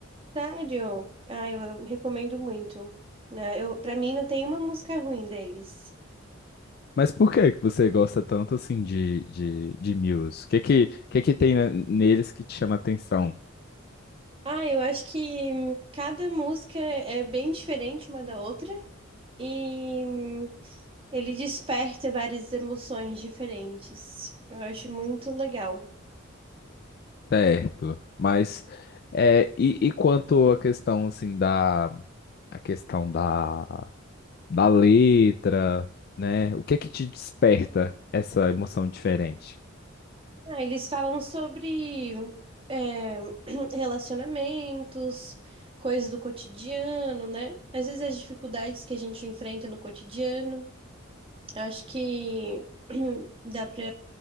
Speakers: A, on the right; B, on the left.
A: Sério? Ah, eu, eu recomendo muito. Né, Eu, para mim não tem uma música ruim deles.
B: Mas por que que você gosta tanto assim de de, de Muse? O que que que que tem ne- neles que te chama atenção?
A: Ah, eu acho que hum, cada música é bem diferente uma da outra e hum, ele desperta várias emoções diferentes. Eu acho muito legal.
B: Certo. Mas é, e, e quanto à questão assim da a questão da da letra, né? O que que te desperta essa emoção diferente?
A: Ah, eles falam sobre é, <clears throat> relacionamentos, coisas do cotidiano, né? Às vezes as dificuldades que a gente enfrenta no cotidiano. Eu acho que <clears throat> dá pra,